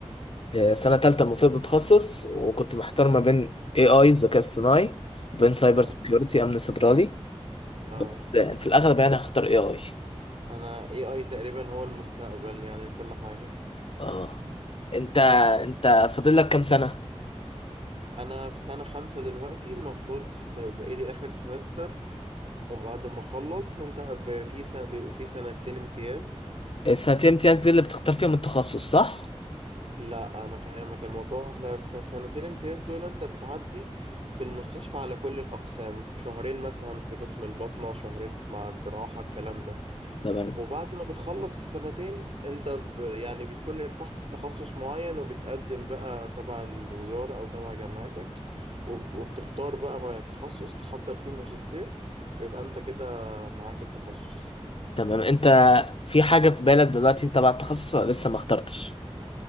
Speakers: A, on the left; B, on the right.
A: آه، سنة تالتة المفروض اتخصص وكنت محتار ما بين اي اي ذكاء اصطناعي وبين سايبر
B: آه
A: سيكيورتي امن سيبراني
B: آه
A: بس آه، في الاغلب يعني هختار اي اي
B: انا AI تقريبا هو المستقبل يعني كل حاجة
A: اه انت انت فاضل لك كام سنة
B: انا في سنة خمسة دلوقتي المفروض ب- بقالي اخر سمستر وبعد ما اخلص انت ب- في سنة بيبقوا في سنتين امتياز
A: السنتين امتياز دي اللي بتختار فيهم التخصص صح؟
B: لا انا فاهمك الموضوع احنا في سنتين امتياز دول انت بتعدي في المستشفى على كل الاقسام شهرين مثلا في قسم الباطنة شهرين في- مع الجراحة الكلام ده
A: تمام
B: وبعد ما بتخلص السنتين انت ب... يعني بتكون ارتحت لتخصص معين وبتقدم بقى تبع الوزارة او تبع جامعتك وب... وبتختار بقى ما تخصص تحضر فيه ماجستير ويبقى انت كده معاك التخصص
A: تمام انت في حاجة في بالك دلوقتي تبع التخصص ولا لسه ما اخترتش